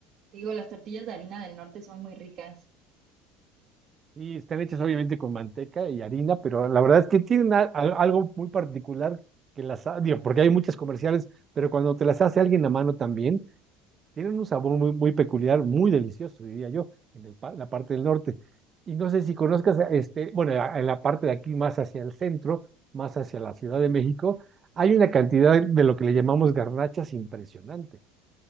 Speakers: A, on the right (about 40°); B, on the right (about 20°).
A: te digo, las tortillas de harina del norte son muy ricas.
B: Y están hechas obviamente con manteca y harina, pero la verdad es que tienen a- a- algo muy particular que las, ha- digo, porque hay muchas comerciales, pero cuando te las hace alguien a mano también, Tienen un sabor muy, muy peculiar, muy delicioso, diría yo, en el pa- la parte del norte. Y no sé si conozcas, este, bueno, a- en la parte de aquí más hacia el centro, más hacia la Ciudad de México, hay una cantidad de lo que le llamamos garnachas impresionante.